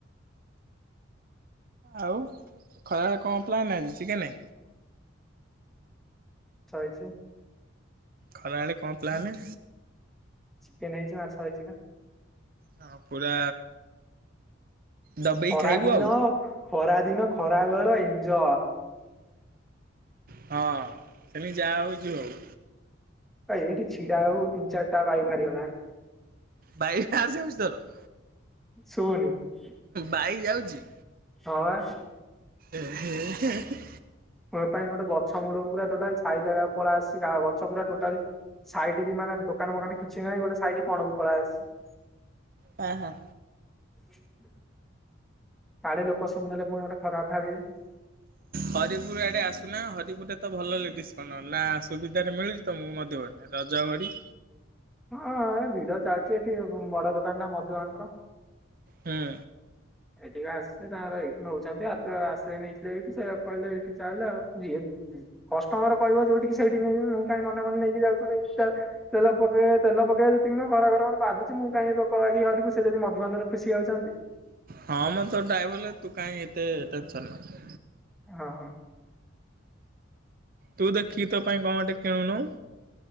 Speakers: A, on the right; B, in the centre.
A: ଆଉ ଖରାରେ କଣ ପ୍ଲାନ ଆଜି ଚିକେନେ?
B: <unintelligible> ଇଛି?
A: ଖରାବେଳେ କଣ ପ୍ଲାନେ?
B: ଚିକେନ ହେଇଛି ମାଛ ହେଇଛି ନା।
A: ହଁ ପୁରା। ଦବେଇକି
B: ଖରା
A: ଖାଇବୁ
B: ଦିନ
A: ଆଉ
B: ଖରା ଦିନ ଖରା ବେଳ ଇଞୟ
A: ହଁ ସେମି ଯାହା ହଉଛୁ ଆଉ
B: ହ ଏଇଠି ଛିଡ଼ା ହଉ ତିନ ଚାରି ବ ବାଇ ଭାଇ ଲା <inaudible>
A: ଭାଇ ଆ ସେ ମିଛି ତର <inaudible>
B: ଶୁବନି <inaudible>
A: ବାାଇ ଯାଉଛି,
B: ହ <inaudible>
A: ହଁ ହୁଁ <inaudible> ହଁ
B: ତା ପାଇଁ ଗୋଟେ ଗଛ ମୂଳକୁ ପୁରା ଟୋଟାଲି ସାଇ ଜାଗାକୁ ପଳ ଆସିଛି ଗା ଗଛ ପୁରା ଟୋଟାଲି ସାଇଡ ବି ମାନେ ଦୋକାନ ଫୋକାନ କିଛି ନାହିଁ ଗୋଟେ ସାଇଡ କଣ କ ପଳ ଆସସି <inaudible>
A: ହ ହ <inaudible>
B: <unintelligible> କାଳେ ଲୋକ <inaudible> ପୁଣି ଗୋଟେ ଖରାପ ଭାବିବେ।
A: ହରିପୁର ଆଡେ ଆସୁନା ହରିପୁର ତ ଭଲ ଲେଡିସ୍ କଣ ନା ସୁବିଧାରେ ମିଳୁଛି ତ ମୁଁ ମଧ୍ୟ ବନେ ରଜ ଘଡି
B: ହଁ ଏ ଭିଡ ଚାଲିଛି ଏଠି ବଡ ଦୋକାନ ଟା ମଧୁକାନ ର <inaudible>
A: ହୁଁ
B: ଏଠିକି ଆସିଲେ ତାଙ୍କର ଏି ନେଉଛନ୍ତି ଆସିଲେ ନେଇଥିଲେ ଏଇଠି ସେ କହିଲେ ଏଇଠି ଚାଲଲେ ଆଉ ଯି କଷ୍ଟମର କହିବ ଯୋଉଠି ସେଇଠି ନେଇବି ମୁଁ କାଇହିଁ ମନେ ମନେ ନେଇକି ଯାଉଥିଲି ତେଲ ପକେଇ ତେଲ ପକେଇବା ଯେତିକି ଖରା ଘର ମାନେ ବାଧୁଛି ମୁଁ କାଇହିଁି ପକକି କରରିବି ସେ ଯଦି ମଧ୍ୟବନ୍୍ଧରେ ଖୁସି ଯାଉଛନ୍ତି <inaudible>
A: ହଁ ମଁ ତ ଡ୍ରାଇଭରରେ ତୁ କଁ ତେ ଟେନସନ୍ ନାହି
B: ହଁ।
A: ତୁ ଦେଖିକି ତୋ ପାଇଁ କଣ ଗ ଟେ କିଣୁନୁ